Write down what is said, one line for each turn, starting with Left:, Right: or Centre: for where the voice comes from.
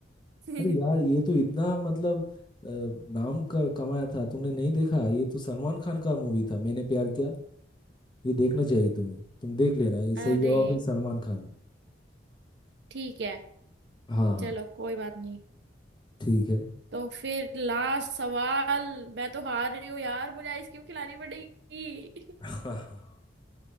Right: <laughs>
Left: अरे यार ये तो इतना मतलब अ, नाम का कमाया था तुमने नहीं देखा ये तो सलमान खान का मूवी था मैंने प्यार किया ये देखना चाहिए तुम्हें तुम देख लेना ये सही
Right: अरे
Left: जवाब है सलमान खान
Right: ठीक है
Left: हाँ हाँ
Right: चलो कोई बात नहीं
Left: ठीक है
Right: तो फिर लास्ट सवाल मैं तो हार रही हूँ यार मुझे आइसक्रीम खिलानी पड़ेगी
Left: <laughs>